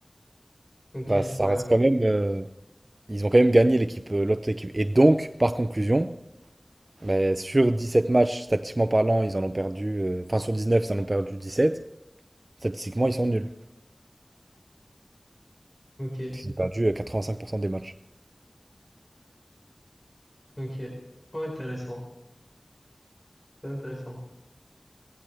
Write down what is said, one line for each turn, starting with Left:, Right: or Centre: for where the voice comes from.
Left: Ok,
Right: bah, ça
Left: ouais,
Right: reste quand même. euh, ils ont quand même gagné l'équipe, euh, l'autre équipe. Et donc, par conclusion, bah, sur sept matchs, statistiquement parlant, ils en ont perdu. euh, Enfin, sur 19, ils en ont perdu 17. Statistiquement, ils sont nuls.
Left: ok,
Right: Ils ont perdu euh, 85% des matchs.
Left: ok. Ouais, intéressant, très intéressant.